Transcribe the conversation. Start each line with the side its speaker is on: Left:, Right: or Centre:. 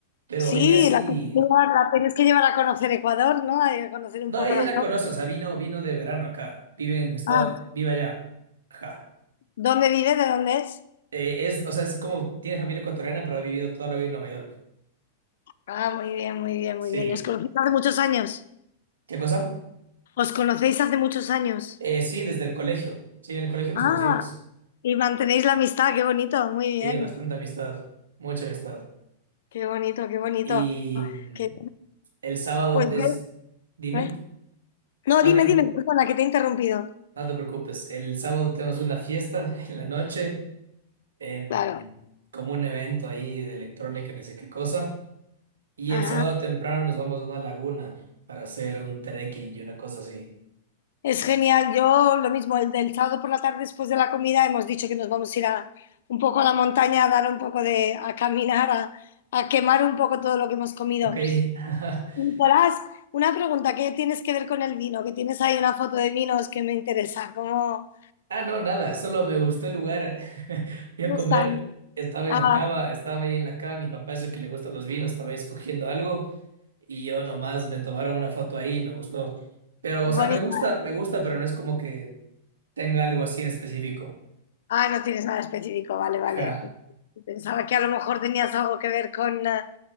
Right: Pero
Left: Sí,
Right: hoy día sí.
Left: la tienes que llevar, la tienes que llevar a conocer Ecuador, ¿no? A conocer un
Right: No,
Left: poco
Right: ella
Left: la
Right: la
Left: zona.
Right: conoce, o sea, vino, vino de verano acá. Vive en estado,
Left: Ah,
Right: vive allá. Ajá.
Left: ¿dónde vive? ¿De dónde es?
Right: Eh, es, o sea, es como tiene familia ecuatoriana, pero ha vivido toda la vida en Nueva York.
Left: Ah, muy bien, muy bien,
Right: Sí.
Left: muy bien. ¿Os conocéis hace muchos años?
Right: ¿Qué cosa?
Left: ¿Os conocéis hace muchos años?
Right: Eh, sí, desde el colegio. Sí, en el colegio nos
Left: Ah,
Right: conocimos.
Left: y mantenéis la amistad, qué bonito, muy bien.
Right: Sí, bastante amistad. Mucha amistad.
Left: Qué bonito, qué bonito.
Right: Y mm,
Left: Que,
Right: el sábado
Left: pues yo,
Right: es. Dime.
Left: ¿eh? No,
Right: No,
Left: dime,
Right: dime.
Left: dime, Persona que te he interrumpido.
Right: No te preocupes. El sábado tenemos una fiesta <laughs> en la noche. en
Left: Claro.
Right: como un evento ahí de electrónica, ni sé qué cosa. Y
Left: Ajá.
Right: el sábado temprano nos vamos a una laguna para hacer un trekking y una cosa así.
Left: Es genial. Yo lo mismo, el del sábado por la tarde después de la comida hemos dicho que nos vamos a ir a, un poco a la montaña, a dar un poco de, a caminar, a, a quemar un poco todo lo que hemos comido.
Right: Ok. <laughs>
Left: Nicolás, una pregunta, ¿qué tienes que ver con el vino? Que tienes ahí una foto de vinos que me interesa. ¿Cómo
Right: Ah, no, nada, solo me gustó el lugar. <laughs> Fui
Left: te
Right: a
Left: gustan?
Right: comer, estaba
Left: Ah,
Right: en la cava, estaba ahí en la cava, mi papá es el que le gustan los vinos, estaba escogiendo algo y yo nomás me tomaron una foto ahí y me gustó. Pero,
Left: bonito.
Right: o sea, me gusta, me gusta, pero no es como que tenga algo así en específico.
Left: Ah, no tienes nada específico, vale, vale.
Right: Ja.
Left: Pensaba que a lo mejor tenías algo que ver con, ah,